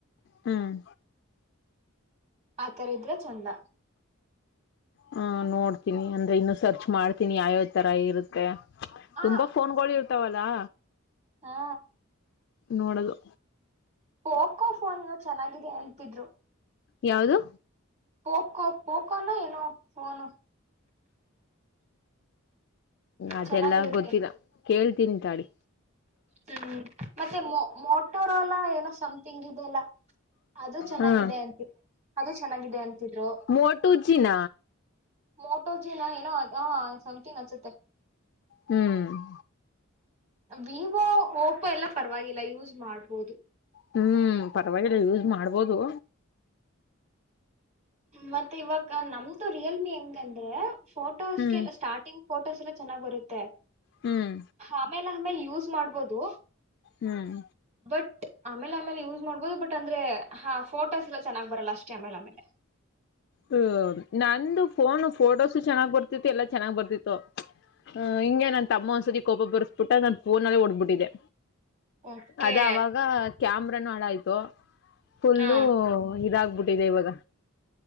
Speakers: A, on the left (about 55°); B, on the right (about 35°).
A: ಹ್ಮ್
B: ಆತರ ಇದ್ರೆ ಚಂದ
A: ಹ ನೋಡ್ತೀನಿ ಅಂದ್ರೆ ಇನ್ನು ಸರ್ಚ್ ಮಾಡ್ತೀನಿ ಯಾವ್ಯಾವ್ ತರ ಇರುತ್ತೆ
B: ಆ
A: ತುಂಬಾ ಫೋನ್ಗಳು ಇರ್ತವಲ್ಲಾ
B: ಹಾ
A: ನೋಡದು
B: ಪೋಕೋ ಫೋನ್ ಏನೋ ಚೆನ್ನಾಗ್ ಅದೇ ಅಂತಿದ್ರು
A: ಯಾವ್ದು
B: ಪೊಕೋ ಪೊಕೋ ನೊ ಏನೋ ಫೋನು
A: ಅದೆಲ್ಲಾ
B: ಚೆನ್ನಾಗಿರುತ್ತೆ
A: ಗೊತ್ತಿಲ್ಲಾ ಕೇಳ್ತೀನಿ ತಾಳಿ
B: ಹ್ಮ್ ಮತ್ತೆ ಮೊ ಮೋಟೋರೋಲಾ ಏನೋ ಸಂ ತೆಂಗಿದೆಲಾ ಅದು ಚೆನ್ನಾಗಿದೆ
A: ಹಾ
B: ಅಂತಿ ಅದು ಚೆನ್ನಾಗಿದೆ ಅಂತಿದ್ರು
A: ಮೋಟು ಜಿನ
B: ಮೋಟೋಜಿನ ಏನೋ ಆ ಸಂತಿಂಗ್ ಅನ್ಸುತ್ತೆ
A: ಹ್ಮ್
B: ವಿವೋ ಓಪೋ, ಎಲ್ಲ ಪರವಾಗಿಲ್ಲ ಯೂಸ್ ಮಾಡ್ಬೋದು
A: ಹ್ಮ್ ಪರವಾಗಿಲ್ಲ ಯೂಸ್ ಮಾಡ್ಬೋದು
B: ಮತ್ತೆ ಇವಾಗ ನಮ್ದು ರಿಯಲ್ಮಿ ಹೆಂಗಂದ್ರೆ, ಫೋಟೋಸ್ಗೆ
A: ಹ್ಮ್
B: ಸ್ಟಾರ್ಟಿಂಗ್ ಫೋಟೋಸ್ ಎಲ್ಲ ಚೆನ್ನಾಗಿ ಬರುತ್ತೆ.
A: ಹ್ಮ್
B: ಆಮೇಲೆ ಆಮೇಲೆ ಯೂಸ್ ಮಾಡ್ಬೋದು,
A: ಹ್ಮ್
B: ಬಟ್ ಆಮೇಲೆ ಆಮೇಲೆ ಯುಸ್ ಮಾಡ್ಬೋದು ಬಟ್ ಅಂದ್ರೆ ಹಾ ಫೋಟೋಸ್ ಎಲ್ಲ ಚೆನ್ನಾಗಿ ಬರಲ್ಲ ಅಷ್ಟೇ ಆಮೇಲೆ,
A: ಹ ನಂದು ಫೋನ್ ಫೋಟೋಸು ಚೆಾಗ್ ಬರ್ತ್ತತಿ ಎಲ್ಲಾ ಚೆನ್ನಾಗ್ ಬರ್ತಿತ್ತು, ಹ ಹಿಂಗೇ ತಮ್ಮ ಒಂದ್ಸತಿ ಕೋಪ ಬರಿಸ್ಬಿಟ್ಟ, ನನ್ ಫೋನ್ಲ್ಲೇ ಹೊಡೆದು ಬಿಟ್ಟೆ. ಬಿಟ್ಟಿದೆ
B: ಓಕೆ
A: ಅದ ಆವಾಗ ಕ್ಯಾಮ್ರಾನೂ ಹಾಳಾಯಿತು, ಫುಲ್ಲು
B: ಹಾ
A: ಇದಾಗ್ಬಿಟ್ಟು ಇದೆ ಇವಾಗ